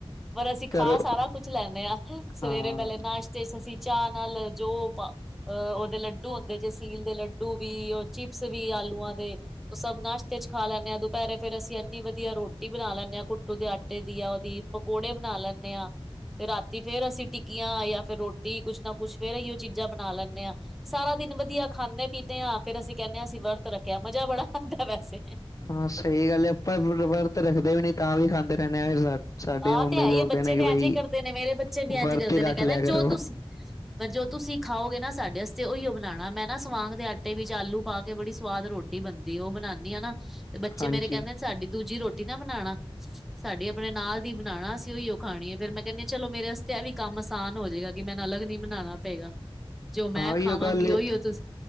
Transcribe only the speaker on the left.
ਘਰੋਂ
ਹਾਂ
ਹਾਂ ਸਹੀ ਗੱਲ ਹੈ, ਆਪਾਂ ਵਰਤ ਰੱਖਦੇ ਵੀ ਨੀ ਤਾਂ ਵੀ ਖਾਂਦੇ ਰਹਿੰਦੇ ਆਾਂ ਫਿਰ ਸਾਡੇ
ਮੰਮੀ
ਬੋਲਦੇ
ਨੇ
ਕਿ ਬਈ
ਵਰਤ
ਹੀ ਰੱਖ
ਲਿਆ ਕਰੋ
ਹਾਂਜੀ
ਹਾਂ ਉਹੀਓ
ਗੱਲ ਏ